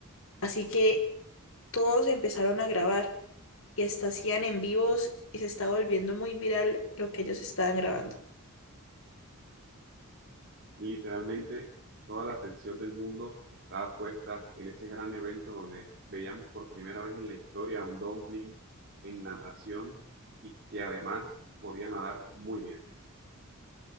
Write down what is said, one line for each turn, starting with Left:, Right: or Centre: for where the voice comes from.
Left: Así que todos empezaron a grabar y hasta hacían en vivos y se estaba volviendo muy viral lo que ellos estaban grabando.
Right: Literalmente, toda la atención del mundo estaba puesta en ese gran evento donde veíamos por primera vez en la historia a un dumpling en natación y que además podía nadar muy bien.